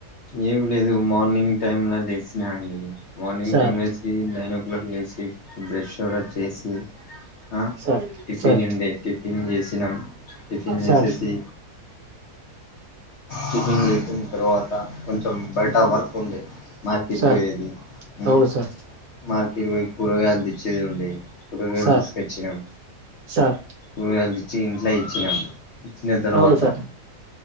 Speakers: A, on the left; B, on the right.
A: ఏమి లేదు మార్నింగ్ టైమ్ లో లేసినా అండి మార్నింగ్
B: సార్
A: టైమ్ లేస్ సి నైన్ ఓ క్లాక్ లేసి బ్రష్ <unintelligible> చేసి ఆ
B: సార్
A: టిఫిన్
B: సార్
A: ఉండే టిఫిన్ చేసినాం టిఫిన్ చేసేసి
B: సార్
A: కుచింగ్ చేసిన తర్వాత కొంచెం బయట వర్క్ ఉందే మార్కెట్
B: సార్
A: పోయేది అ
B: అవును సార్
A: మార్కెట్ పోయి కూరగాయలు తెచ్చేది ఉండే కూరగాయలు
B: సార్
A: తీసుకొచ్చినాం
B: సార్
A: కూరగాయలు తెచ్చి ఇంట్ల ఇచ్చినాం ఇచ్చన తర్వాత
B: అవును సార్